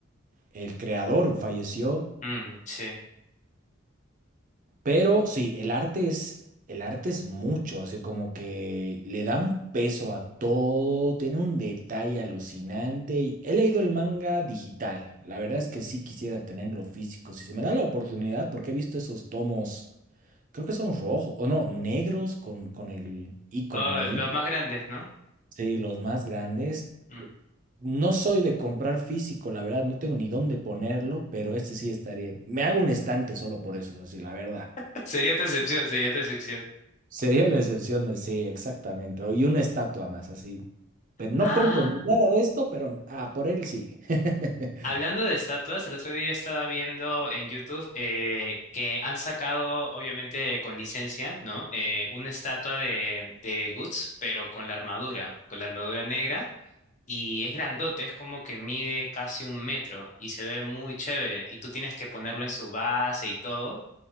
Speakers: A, on the right; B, on the left.
A: el creador falleció.
B: Mm, sí.
A: Pero sí, el arte es, el arte es mucho, así como que le da un peso a todo, tiene un detalle alucinante. y He leído el manga digital, la verdad es que sí quisiera tenerlo físico, si se me da la oportunidad, porque he visto esos tomos, creo que son rojos, o no, negros con, con el icono
B: Oh,
A: ahí,
B: los más grandes, ¿no?
A: sí, los más grandes.
B: Mm.
A: No soy de comprar físico, la verdad, no tengo ni dónde ponerlo, pero este sí estaría. Me hago un estante solo por eso, así, la verdad.
B: <laughs> Sería tu excepción, sería tu excepción.
A: Sería la excepción de sí, exactamente. O- Y una estatua más, así. Pero no
B: Ah,
A: compro nada de esto, pero ah, por él sí. <laughs>
B: hablando de estatuas, el otro día estaba viendo en YouTube eh, que han sacado, obviamente con licencia, ¿no? Eh, una estatua de, de Guts, pero con la armadura, con la armadura negra. Y es grandote, es como que mide casi un metro y se ve muy chévere. Y tú tienes que ponerlo en su base y todo.